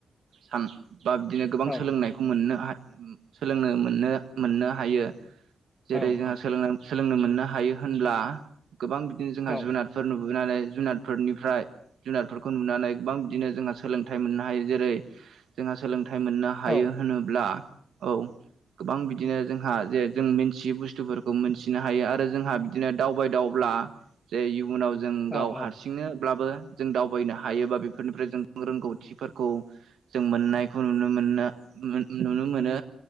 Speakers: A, on the right (about 85°); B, on the left (about 15°).
A: सान बा बिदिनो गोबां
B: औ
A: सोलोंनायखौ मोननो हायो सोलोंनो मोननो मोननो हायो जेरै
B: औ
A: जोंहा सोलोंनो सोलोंनो मोननो हायो होनब्ला गोबां बिदिनो जोंहा
B: औ
A: जुनारफोर नुबो बुनानै जुनारफोरनिफ्राय जुनात बेफोरखौ नुनानै गोबां बिदिनो जोंहा सोलोंथाइ मोननो हायो जेरै जोंहा सोलों थाइ मोननो हायो
B: औ
A: होनोब्ला औ गोबां बिदिनो जोंहा जे जों मिन्थियै बुस्थुफोरखौ मोनथिनो हायो आरो जोंहा बिदिनो दावबाय दावब्ला जे इयुनाव जों गाव
B: औ औ
A: हारसिंनोब्लाबो जों दाव बैनो हायोबा बेफोरनिफ्राय जों रोंगौथिफोरखौ जों मोननायखौ नुनो मोननो मोन नुनो मोनो